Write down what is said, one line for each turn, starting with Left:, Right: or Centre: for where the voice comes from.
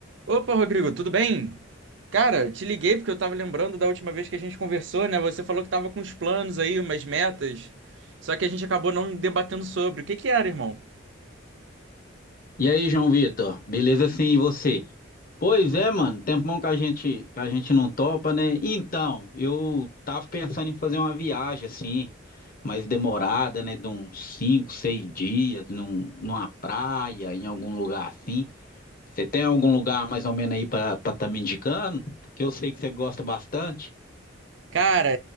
Right: Opa, Rodrigo, tudo bem? Cara, te liguei porque eu tava lembrando da última vez que a gente conversou, né? Você falou que tava com uns planos aí, umas metas, só que a gente acabou não debatendo sobre. O que que era, irmão?
Left: E aí, João Vitor? Beleza sim, e você? Pois é, mano, tempão que a gente que a gente não topa, né? Então, eu tava pensando em fazer uma viagem assim, mais demorada, né, de uns cinco, seis dias, num, numa praia, em algum lugar assim. Você tem algum lugar mais ou menos aí pra para tá me indicando? Que eu sei que você gosta bastante.
Right: Cara,